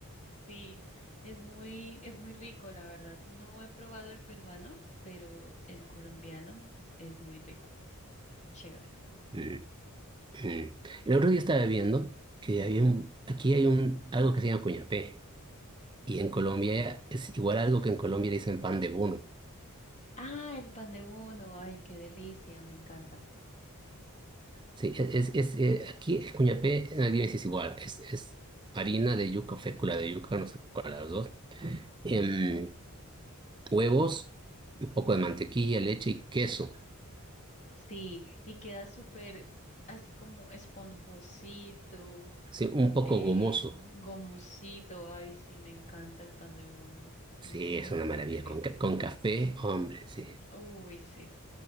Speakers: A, on the left (about 30°); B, on the right (about 20°).
A: Sí, es muy, es muy rico, la verdad. No he probado el peruano, pero el colombiano es muy rico, chévere.
B: Mm, mm. El otro día estaba viendo que había un, aquí hay un, algo que se llama cuñapé y en Colombia es igual algo que en Colombia le dicen pan de bono.
A: Ah, el pan de bono. Ay, qué delicia, me encanta.
B: Sí, e, es, es, eh, aquí el cuñapé, nadie dice es igual, es, es harina de yuca, fécula de yuca, no sé cuál de las dos Em, huevos, un poco de mantequilla, leche y queso.
A: Sí, y queda súper así como esponjosito,
B: Sí, un poco
A: eh,
B: gomoso.
A: gomosito. Ay, sí, me encanta el pan de bono.
B: Sí,
A: Muy
B: es una maravilla.
A: delicioso.
B: Con, ca- con café, hombre, sí.
A: Uy, sí.